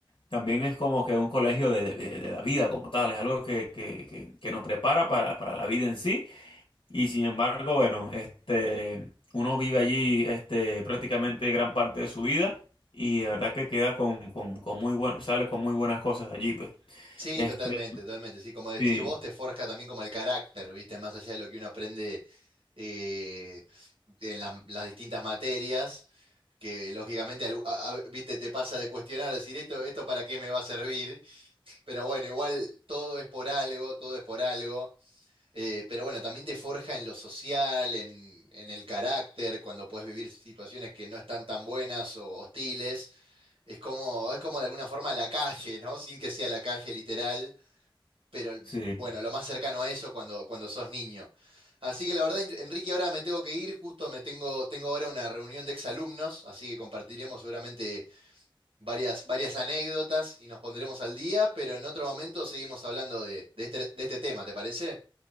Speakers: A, on the left; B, on the right.
A: también es como que un colegio de, de- de la vida como tal. Es algo que, que, que, que nos prepara para, para la vida en sí. Y sin embargo, bueno, este, uno vive allí este, prácticamente gran parte de su vida y de verdad que queda con, con, con muy bueno, sale con muy buenas cosas de allí, pues.
B: Sí,
A: Este,
B: totalmente, totalmente. Sí, como decís
A: sí,
B: vos, te forja también como el carácter, ¿viste? Más allá de lo que uno aprende eh, en las las distintas materias que lógicamente, al- a- a- viste, te pasa de cuestionar, decir esto, esto para qué me va a servir, pero bueno, igual todo es por algo, todo es por algo, eh, pero bueno, también te forja en lo social, en, en el carácter, cuando puedes vivir situaciones que no están tan buenas o hostiles, es como, es como de alguna forma la calle, ¿no? Sin que sea la calle literal pero
A: sí.
B: bueno, lo más cercano a eso cuando, cuando sos niño. Así que la verdad, En- Enrique, ahora me tengo que ir, justo me tengo, tengo ahora una reunión de exalumnos, así que compartiremos seguramente varias, varias anécdotas y nos pondremos al día, pero en otro momento seguimos hablando de, de este, de este tema, ¿te parece?